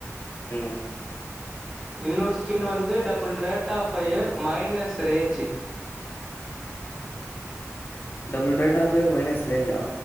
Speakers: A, on the left; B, in the centre.
A: ம்
B: இன்னோர் ஸ்கின்னு வந்து double rate of fire minus range
A: double data fire minus ரேஞ்சா